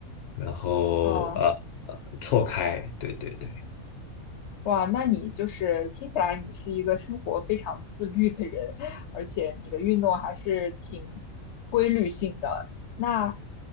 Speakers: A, on the left; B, on the left.
A: 然后呃呃错开，
B: 哦，
A: 对对对，
B: 哇，那你就是听起来你是一个生活非常自律的人，而且你的运动还是挺规律性的。那